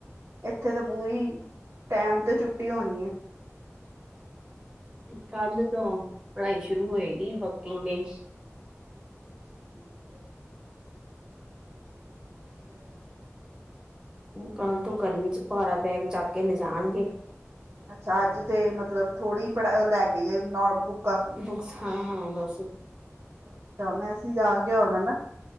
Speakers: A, on the right (about 60°); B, on the right (about 20°).
A: ਇੱਥੇ ਤਾਂ ਪੂਰੀ ਟੈਮ ਤੇ ਛੁੱਟੀ ਹੋਨੀ ਏ
B: ਕੱਲ ਤੋਂ ਪੜ੍ਹਾਈ ਸ਼ੁਰੂ ਹੋਏਗੀ ਵਰਕਿੰਗ ਡੇ
A: <inaudible>
B: ਕੱਲ ਤੋਂ ਗਰਮੀ ਚ ਭਾਰਾ ਬੈਗ ਚੱਕ ਕੇ ਲਜਾਣਗੇ
A: ਅੱਛਾ ਅੱਜ ਤੇ ਮਤਲਬ ਥੋੜ੍ਹੀ ਪੜ੍ਹ ਲੈ ਕੇ ਕਿ ਨੋਟ ਬੁੱਕਾ
B: ਬੁੱਕਸ ਹਾਂ ਹਾਂ ਬਸ
A: ਅਛਾ। ਮੈਸੇਜ ਆ ਗਿਆ ਹੋਨਾ ਨਾ